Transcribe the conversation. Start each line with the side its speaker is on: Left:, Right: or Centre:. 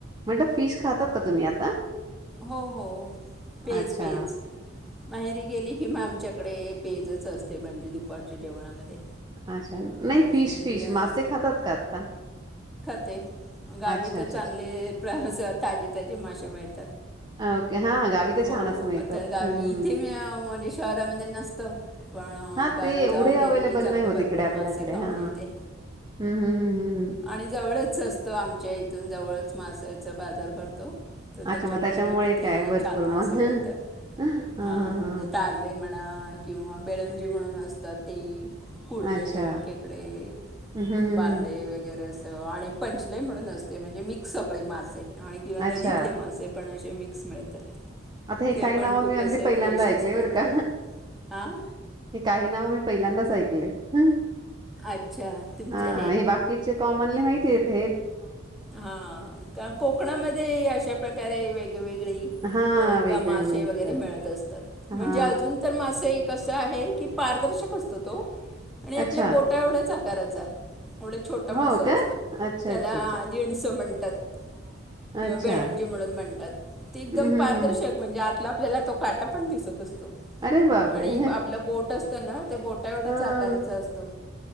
Right: बेट फिश खातात का तुम्ही आता
Centre: हो हो पेज
Right: अच्छा
Centre: पेज माहेरी गेली कि मग आमच्याकडे पेजच असते म्हणजे दुपारच्या जेवणामध्ये
Right: अच्छा नाही
Centre: आणि
Right: फिश फिश
Centre: अ,
Right: मासे खातात का आता
Centre: ते गावी
Right: अच्छा
Centre: तर
Right: अच्छा
Centre: चांगले
Right: अच्छा
Centre: ताजे ताजे मासे मेळात
Right: ओके हा गावी तर
Centre: हो
Right: छानच मिळतात.
Centre: आता गावी
Right: हम्म
Centre: इथे मी म्हणजे शहरामध्ये नसतं पण
Right: हा
Centre: गावी
Right: ते एवढे
Centre: जाऊ गेले
Right: अवेलेबल
Centre: की चांगले
Right: नाही होत
Centre: भरपूर
Right: इकडे आपल्याकडे
Centre: मासे खाऊन
Right: हा
Centre: येते
Right: हम्म हम्म हम्म हम्म
Centre: आणि जवळच असतो आमच्या इथून जवळच मास बाजार भरतो तर त्याच्यामुळे
Right: अच्छा
Centre: मग तिथे
Right: काय भरपूर
Centre: छान मासे
Right: मग
Centre: मिळतात
Right: हा हा
Centre: ह
Right: हा
Centre: म्हणजे तारले म्हणा किंवा बेळ म्हणून असतात ते कुडले
Right: अच्छा
Centre: केकडे
Right: हम्म हम्म हम्म
Centre: बांगडे वगैरे अस आणि पंचले म्हणून असते म्हणजे मिक्स सगळी मास आणि किंवां नदीतले
Right: अच्छा
Centre: मासे. पण असे मिक्स मिळतात.
Right: आता हे
Centre: ते
Right: काही
Centre: पण
Right: नावं
Centre: खूप
Right: मी अगदी
Centre: असे
Right: पहिल्यांदा
Centre: फ्रेश
Right: ऐकले
Centre: असतात
Right: बरं का,
Centre: हां
Right: हे काही नावं मी पहिल्यांदाच ऐकले. हम्म.
Centre: अच्छा तुमचे
Right: हा हे बाकीचे कॉमनली माहिती आहे इथे.
Centre: हा कोकणामध्ये अशा प्रकारे वेगळे वेगळे
Right: हा वेगळे
Centre: <unintelligible> मासे
Right: मिळतात
Centre: वगैरे मिळतं असतात, म्हणजे
Right: हा
Centre: अजून तरं मासे कसं आहे की पारदर्शक असतो तो. आणि आपल्या
Right: अच्छा
Centre: बोटा एवढ्याच तरचं <unintelligible> एवढा छोटा मासा
Right: हो
Centre: असतो.
Right: का अच्छा
Centre: त्याला
Right: अच्छा अच्छा
Centre: असं म्हणतात. किंवा
Right: अच्छा
Centre: बेळणजी म्हणून म्हणतात एकदम
Right: हम्म हम्म
Centre: पारदर्शक
Right: हम्म
Centre: म्हणजे, आपल्याला तो काटा पण दिसतं असतो.
Right: अरे बापरे
Centre: आणि आपलं बोट असतं ना ते बोटा एवढेच
Right: हा
Centre: आकाराच असतं,